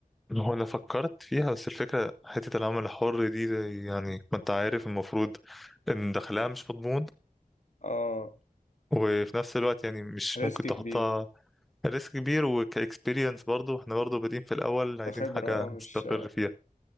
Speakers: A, in the centre; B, on the left (about 55°).
A: هو انا فكرت فيها بس الفكرة حتة العمل الحر دي زي- يعني ما انت عارف المفروض ان دخلها مش مضمون
B: اه
A: وفي نفس الوقت يعني مش
B: ريسك
A: ممكن تحطها
B: كبير
A: ريسك كبير وكاكسبيرينس برضو احنا برضو بادئين في الاول عايزين
B: كخبرة
A: حاجه
B: اه مش
A: نستقر فيها